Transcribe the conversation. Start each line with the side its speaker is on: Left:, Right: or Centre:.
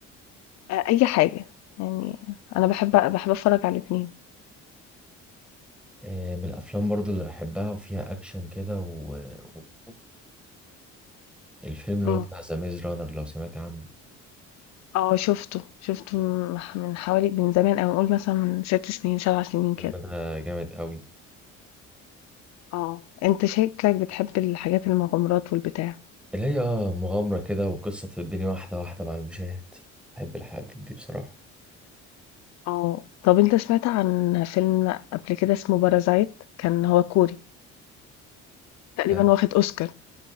Left: آه، اي حاجة يعني انا بحب بحب اتفرج على الاتنين
Centre: آه، من الافلام برضو اللي بحبها وفيها اكشن كده و... و- الفيلم اللي
Left: مم.
Centre: هو بتاع ذا ميز رانر لو سمعت عنه
Left: اه شفته شفته من من حوالي من زمان او نقول مثلا من ست سنين سبع سنين
Centre: فيلم
Left: كده
Centre: ده جامد قوي
Left: آه. أنت شكلك بتحب الحاجات المغامرات والبتاع.
Centre: اللي هي اه مغامرة كده وقصة الدنيا واحدة واحدة مع المشاهد بحب الحاجات دي بصراحة
Left: آه. آه. طب أنت سمعت عن فيلم قبل كده اسمه بارازايت؟ كان هو كوري، تقريبا
Centre: آه،
Left: واخد أوسكار، بارازيت.